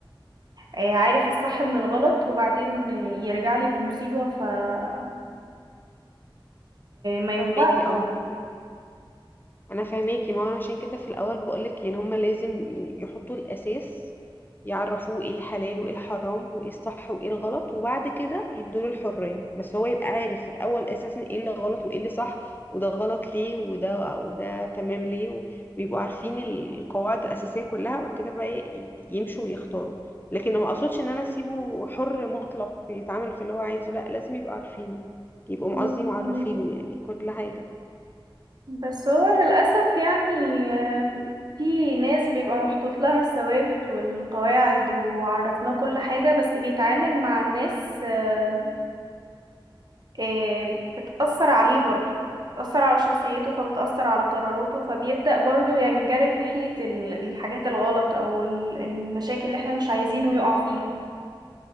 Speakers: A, on the right; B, on the left.
A: آه، عارف الصح من الغلط وبعدين يرجع لي بمصيبة ف آه، ما ينفعش
B: فهماكي
A: يعني
B: اه انا فاهماكي ما هو أنا عشان كده في الاول بقولك ان هما لازم يعني يحطوا الاساس يعرفوه ايه الحلال وايه الحرام وايه الصح وايه الغلط وبعد كده يدوله الحرية بس هو يبقى عارف في الاول اساسا ايه اللي غلط وايه اللي صح وده غلط ليه وده وده تمام ليه و- ويبقوا عارفين ال- القواعد الاساسية كلها وبعد كده بقى ي- يمشوا ويختاروا لكن ما اقصدش ان انا اسيبه حر مطلق يتعامل في اللي هو عايزه لا لازم يبقى عارفينه يبقوا
A: مم،
B: قصدي معرفينه
A: يعني كده.
B: يعني كل حاجة
A: بس هو للأسف يعني آم، في ناس بيبقى محطوط لها الثوابت والقواعد وعرفناه كل حاجة بس بيتعامل مع الناس آم، آه، بتأثر عليه برضه بتأثر على شخصيته فبتأثر على قراراته فبيبدأ برضه ينجرف ناحية ال- الحاجات الغلط أو ال- المشاكل اللي احنا مش عايزينه يقع فيها